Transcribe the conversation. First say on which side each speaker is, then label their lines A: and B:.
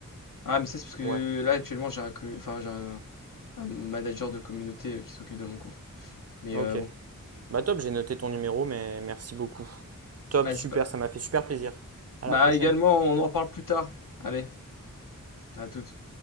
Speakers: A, on the left; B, on the right.
A: ah, mais ça, c'est parce que
B: Ouais.
A: là, actuellement, j'ai un, co- enfin, j'ai un, un manager de communauté euh, qui s'occupe de mon compte. Mais
B: Ok.
A: euh, bon,
B: Bah, top, j'ai noté ton numéro, mais merci beaucoup. Top,
A: vas-y,
B: super,
A: bah,
B: ça m'a fait super plaisir. À
A: bah
B: la prochaine.
A: également, on en reparle plus tard. Allez, à toutes.